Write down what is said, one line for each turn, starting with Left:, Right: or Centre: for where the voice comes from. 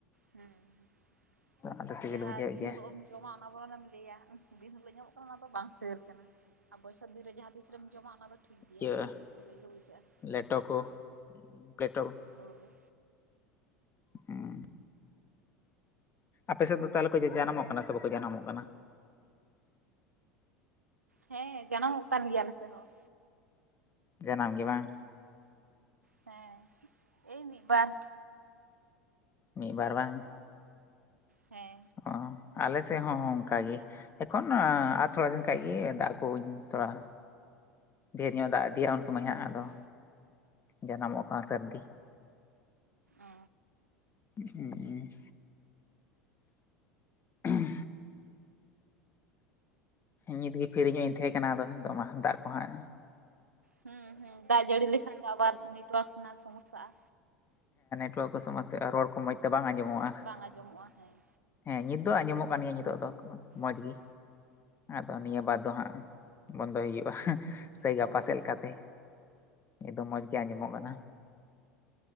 Right: ᱦᱮᱸ
Left: ᱟᱫᱚ ᱥᱤᱵᱤᱞ
Right: ᱡᱟᱦᱟᱸ
Left: ᱵᱩᱡᱷᱟᱹᱜ
Right: ᱫᱤᱱ
Left: ᱜᱮᱭᱟ
Right: ᱦᱤᱞᱳᱜ ᱮᱢ ᱡᱚᱢᱟ ᱚᱱᱟ ᱵᱚᱨᱚᱱᱮᱢ ᱞᱟᱹᱭᱟ ᱫᱤᱱ ᱦᱚᱸᱞᱮ ᱧᱟᱢᱚᱜ ᱠᱟᱱᱟ ᱚᱱᱟ ᱫᱚ ᱵᱟᱝ ᱥᱤᱵᱤᱞ ᱠᱟᱱᱟ ᱟᱨ ᱵᱚᱪᱷᱚᱨ ᱫᱤᱱ ᱨᱮ ᱡᱟᱦᱟᱸ ᱛᱤᱥ ᱨᱮᱢ ᱡᱚᱢᱟ ᱚᱱᱟ ᱫᱚ ᱴᱷᱤᱠ ᱜᱮᱭᱟ
Left: ᱤᱭᱟᱹ
Right: ᱥᱮᱵᱮᱞ ᱜᱮ ᱵᱩᱡᱷᱟᱹᱣ
Left: ᱞᱮᱴᱚ ᱠᱚ ᱯᱞᱮᱴᱚ
Right: ᱟ ᱦᱳᱭ
Left: ᱦᱮᱸ ᱟᱯᱮ ᱥᱮᱫ ᱫᱚ ᱛᱟᱦᱚᱞᱮ ᱠᱚ ᱡᱟᱱᱟᱢᱚᱜ ᱠᱟᱱᱟ ᱥᱮ ᱵᱟᱠᱚ ᱡᱟᱱᱟᱢᱚᱜ ᱠᱟᱱᱟ
Right: ᱦᱮᱸ ᱡᱟᱱᱟᱢᱚᱜ ᱠᱟᱱ ᱜᱮᱭᱟᱞᱮ ᱥᱮ ᱦᱚᱸ
Left: ᱡᱟᱱᱟᱢ ᱜᱮ ᱵᱟᱝ
Right: ᱦᱮᱸ ᱮᱭ ᱢᱤᱫ ᱵᱟᱨ
Left: ᱢᱤᱫᱵᱟᱨ ᱵᱟᱝ
Right: ᱦᱮᱸ
Left: ᱚ ᱟᱞᱮ ᱥᱮᱫ ᱦᱚᱸ ᱚᱱᱠᱟ ᱜᱮ ᱮᱠᱷᱚᱱ ᱟᱨ ᱛᱷᱚᱲᱟ ᱫᱤᱱ ᱠᱷᱟᱱ
Right: ᱚ
Left: ᱜᱮ ᱫᱟᱜ ᱠᱩᱧ ᱛᱷᱚᱲᱟ ᱰᱷᱮᱨ ᱧᱚᱜ ᱫᱟᱜ ᱤᱫᱤᱭᱟ ᱩᱱ ᱥᱚᱢᱚᱭ
Right: ᱦᱳᱭᱛᱚ
Left: ᱦᱟᱸᱜ ᱟᱫᱚ ᱡᱟᱱᱟᱢᱚᱜ ᱠᱟᱱᱟ ᱥᱟᱹᱨᱫᱤ
Right: ᱚ
Left: ᱦᱮᱸ ᱦᱸ ᱱᱤᱛᱜᱮ ᱯᱷᱤᱨᱤᱧ ᱧᱚᱜ ᱤᱧ ᱛᱟᱦᱮᱸ ᱠᱟᱱᱟ ᱟᱫᱚ ᱱᱤᱛᱚᱜ ᱢᱟ ᱫᱟᱜ ᱠᱚᱦᱟᱸᱜ
Right: ᱦᱮᱸ ᱦᱮᱸ ᱫᱟᱜ ᱡᱟᱹᱲᱤ ᱞᱮᱠᱷᱟᱱ ᱫᱚ ᱟᱵᱟᱨ ᱱᱮᱴᱣᱟᱨᱠ ᱨᱮᱱᱟᱜ ᱥᱚᱢᱚᱥᱥᱟᱼᱟ᱾
Left: ᱯᱟᱹᱷᱣᱟᱹ ᱠᱚ ᱥᱚᱢᱟ ᱨᱚᱲ ᱠᱚ ᱢᱚᱸᱡᱽ ᱛᱮ ᱵᱟᱝ ᱟᱸᱡᱚᱢᱚᱜᱼᱟ
Right: ᱵᱟᱝ ᱟᱸᱡᱚᱢᱚᱜᱼᱟ ᱦᱮᱸ
Left: ᱦᱮᱸ ᱱᱤᱛ ᱫᱚ ᱟᱸᱡᱚᱢᱚᱜ ᱠᱟᱱᱟ ᱠᱟᱱ ᱜᱮᱭᱟ ᱱᱤᱛᱚᱜ ᱫᱚ ᱢᱚᱸᱡᱽ
Right: ᱦᱩᱸ
Left: ᱜᱮ ᱟᱫᱚ ᱱᱤᱭᱟᱹ ᱵᱟᱫ ᱫᱚ ᱦᱟᱸᱜ ᱵᱚᱱᱫᱚᱭ ᱦᱩᱭᱩᱜᱼᱟ ᱥᱮᱭ
Right: ᱦᱳᱭ
Left: ᱜᱟᱯᱟ ᱥᱮᱫ ᱞᱮᱠᱟᱛᱮ ᱱᱤᱛ ᱫᱚ ᱢᱚᱡᱽ ᱜᱮ ᱟᱸᱡᱚᱢᱚᱜ ᱠᱟᱱᱟ